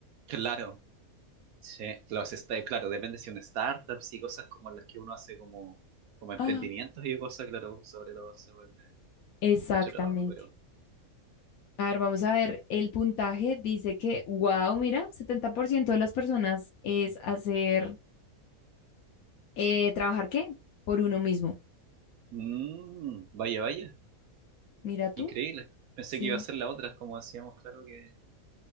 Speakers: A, on the right; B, on the left.
A: Claro, sí. Los sta- claro, depende si son startups y cosas como las que uno hace como, como emprendimientos
B: Ah,
A: y cosas, claro, sobre todo se vuelve
B: Exactamente.
A: mucho trabajo, pero...
B: A ver, vamos a ver, el puntaje dice que, wow, mira, 70% de las personas es hacer, eh, ¿trabajar qué? Por uno mismo.
A: Mm, vaya, vaya,
B: Mira tú.
A: increíble. Pensé
B: Sí.
A: que iba a ser la otra, como decíamos, claro que...